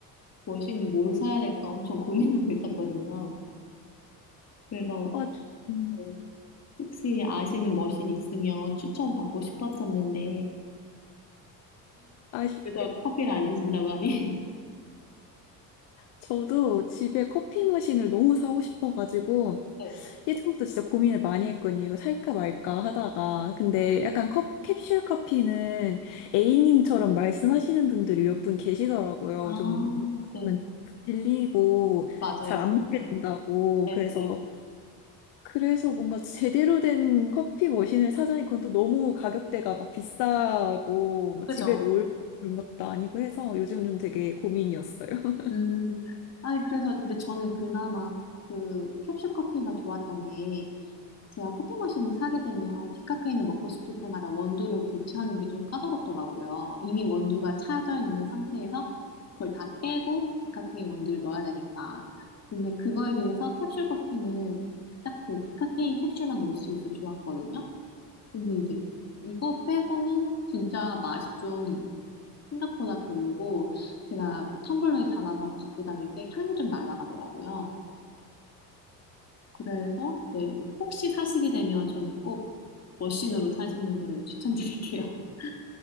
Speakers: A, on the left; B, on the left.
A: 머신을 뭘 사야 될까 엄청 고민하고 있었거든요. 그래서
B: 아, 저- 음,
A: 네, 혹시 아시는 머신 있으면 추천 받고 싶었었는데
B: 아쉽게도
A: 그래서 커피를 안 드신다고 하니
B: 저도 집에 커피 머신을 너무 사고 싶어가지고
A: <laughs>
B: 예전부터 진짜 고민을 많이 했거든요. 이거 살까 말까 하다가. 근데 약간 컵, 캡슐 커피는 A님처럼 말씀하시는 분들이 몇 분 계시더라고요.
A: 아,
B: 좀 먹으면
A: 네.
B: 질리고
A: 맞아요.
B: 잘 안 먹게 된다고.
A: 네네네.
B: 그래서, 그래서 뭔가 제대로 된 커피 머신을 사자니 그건 또 너무 가격대가 막 비싸고 뭐
A: 그죠?
B: 집에 놓을 그런 것도 아니고 해서 요즘 좀 되게 고민이었어요. <laughs>
A: 음. 아니, 그래서, 근데 저는 그나마 그 캡슐 커피가 좋았던 게 제가 커피 머신을 사게 되면 디카페인을 먹고 싶을 때마다 원두를 교체하는 게 좀 까다롭더라고요. 이미 원두가 차져 있는 상태에서 그걸 다 빼고 디카페인 원두를 넣어야 되니까. 근데 그거에 비해서 캡슐 커피는 딱 그 디카페인 캡슐만 넣을 수 있어 좋았거든요. 근데 이제 이거 빼고는 진짜 맛이 좀 생각보다 별로고 제가 그 텀블러에 담아서 갖고 다닐 때 향이 좀 날아가더라고요. 그래서 네, 혹시 사시게 되면 저는 꼭 머신으로 사시는 거를 추천드릴게요. <laughs>